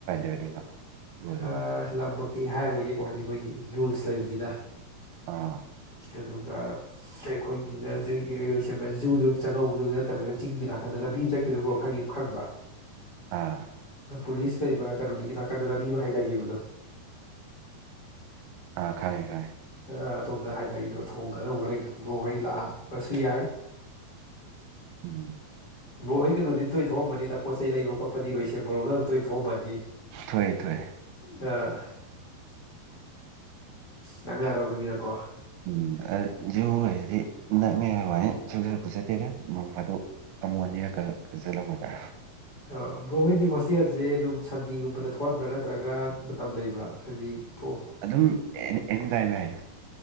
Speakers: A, on the right; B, on the left.
A: ꯑꯣꯏꯗꯣꯏꯅꯣ ꯑꯣꯏꯗꯣꯏꯕ
B: ꯍꯥ ꯂꯥꯝꯃꯛ ꯇꯤ ꯍꯥꯏꯔꯣꯏꯒꯦꯀꯣ ꯍꯥꯏꯗꯤ ꯃꯣꯏꯒꯤ ꯔꯨꯜꯁ ꯂꯩꯕꯅꯤꯅ
A: ꯑꯥ
B: ꯑꯗꯨꯗꯨꯒ ꯑꯩꯈꯣꯏꯒꯤꯗꯔ ꯢꯔꯣꯢꯁꯦꯝꯕ ꯖꯨꯗꯒꯤ ꯆꯥꯛꯉꯧꯕꯗꯨ ꯅꯠꯇꯕ ꯆꯤꯡꯒꯤ ꯅꯥꯀꯟꯗ ꯂꯝꯕꯤ ꯑꯃ ꯆꯥꯠ <unintelligible> ꯈꯪꯗꯤ ꯈꯪꯕ꯭ꯔꯥ
A: ꯑꯥ
B: ꯄꯨꯂꯤꯁ ꯂꯩꯕ ꯀꯩꯅꯣꯗꯒꯤ ꯅꯥꯀꯟꯗ ꯂꯝꯕꯤ ꯑꯃ ꯍꯥꯏꯗꯈꯤꯕꯗꯣ
A: ꯑꯥ ꯈꯪꯉꯦ ꯈꯪꯉꯦ
B: ꯑꯗꯣꯝꯗ ꯍꯥꯏꯗꯈꯤꯗꯨꯢꯕ ꯊꯣꯡꯒ ꯑꯅꯧꯕ ꯂꯩꯕ ꯕ꯭ꯔꯣꯍꯣꯏ ꯂꯥꯛꯑꯕꯁꯨ ꯌꯥꯏ
A: ꯎꯝ
B: ꯕ꯭ꯔꯣ ꯍꯣꯏ ꯀꯩꯅꯣꯗꯤ ꯇꯣꯏ ꯊꯣꯛꯑꯝꯕꯅꯤꯗ ꯄꯣꯠ ꯆꯩ ꯂꯩꯕ ꯈꯣꯠꯄꯅꯤ ꯏꯔꯣꯢꯁꯦꯝꯕꯔꯣꯝꯗ ꯑꯗꯨꯝ ꯇꯣꯏ ꯊꯣꯛꯑꯝꯃꯅꯤ
A: ꯊꯣꯛꯑꯦ ꯊꯣꯛꯑꯦ
B: ꯍꯣꯏ ꯅꯛꯅꯔꯕꯅꯤꯅꯀꯣ
A: ꯎꯝ ꯑ ꯖꯤꯎ ꯍꯥꯏꯖꯤꯗꯤ ꯅꯛꯅꯩ ꯍꯥꯏꯕꯋꯥꯅꯦ ꯁꯨꯛꯆꯠꯄꯨ ꯆꯠꯇꯦꯗ ꯅꯣꯡ ꯐꯗꯣꯛ ꯑꯃꯨꯛ ꯑꯅꯤꯔꯛꯀꯥ ꯖꯠꯂꯝꯃꯗ꯭ꯔ
B: ꯑ ꯕ ꯭ꯔꯣ ꯍꯣꯏꯗꯤ ꯍꯣꯁꯇꯦꯜꯁꯦ ꯑꯗꯨꯝ ꯁꯟꯗꯦꯒꯨꯝꯕꯗ ꯊꯣꯛꯍꯟꯕ꯭ꯔꯥ ꯅꯠꯇ꯭ꯔꯒ ꯃꯇꯝ ꯂꯩꯕ꯭ꯔꯥꯕ ꯍꯥꯏꯗꯤ ꯊꯣ
A: ꯑꯗꯨꯝ ꯑꯦ ꯑꯦꯅꯤ ꯇꯥꯏꯝ ꯌꯥꯏꯗ